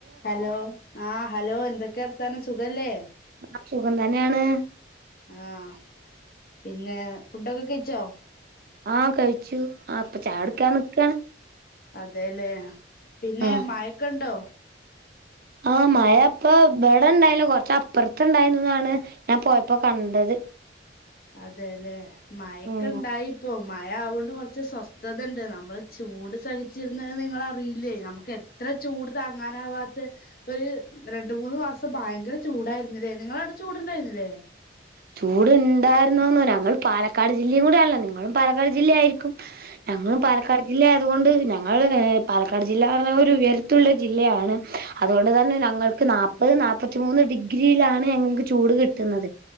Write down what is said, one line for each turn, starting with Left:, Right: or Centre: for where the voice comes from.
Left: Hello ആഹ് hello എന്തൊക്കെ വർത്താനം സുഖല്ലേ
Right: ആഹ് സുഖം തന്നേണ്
Left: ആഹ് പിന്നെ ഫുഡൊക്കെ കഴിച്ചോ
Right: ആഹ് കഴിച്ചു ആഹ് ഇപ്പം ചായുട്ക്കാൻ നിക്കാണ്
Left: അതെല്ലേ പിന്നെ
Right: ആഹ്
Left: മഴക്കണ്ടോ
Right: ആഹ് മഴ ഇപ്പൊ ഇവടെ ഇണ്ടായില്ല കൊറച്ച് അപ്പറത്ത് ഇണ്ടായിന്ന്ന്നാണ് ഞാൻ പോയപ്പോ കണ്ടത്
Left: അതെല്ലെ മഴക്കെ
Right: ഉം
Left: ഇണ്ടായിപ്പോ മഴ ആവോണ്ട് കൊറച്ച് സ്വസ്ഥതണ്ട് നമ്മള് ചൂട് സഹിച്ചിരുന്നത് നിങ്ങള് അറിയില്ലേ നമ്മക്ക് എ ത്ര ചൂട് താങ്ങാനാവാത്തെ ഒര് രണ്ട് മൂന്ന് മാസം ഭയങ്കര ചൂടായിരിന്ന്ല്ലേ നിങ്ങളാടെ ചൂടുണ്ടാരുന്നില്ലേ
Right: ചൂട്ണ്ടായിരുന്നോന്നൊ ഞങ്ങൾ പാലക്കാട് ജില്ലേക്കൂടെ ആണല്ലോ നിങ്ങളും പാലക്കാട് ജില്ലയായിരിക്കും ഞങ്ങളും
Left: അതെ
Right: പാലക്കാട് ജില്ലായതുകൊണ്ട് ഞങ്ങൾ ഏഹ് പാലക്കാട് ജില്ലാ പറ്ഞ്ഞ ഒരു ഉയര ത്തുള്ള ജില്ലയാണ് അതുകൊണ്ട് തന്നെ ഞങ്ങൾക്ക് നാപ്പത് നാപ്പത്തിമൂന്ന് ഡിഗ്രിയിലാണ് ഞങ്ങക്ക് ചൂട് കിട്ട്ന്നത്